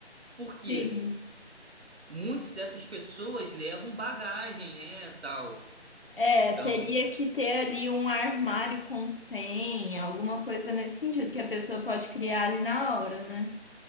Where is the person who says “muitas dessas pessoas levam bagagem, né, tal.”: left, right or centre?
Right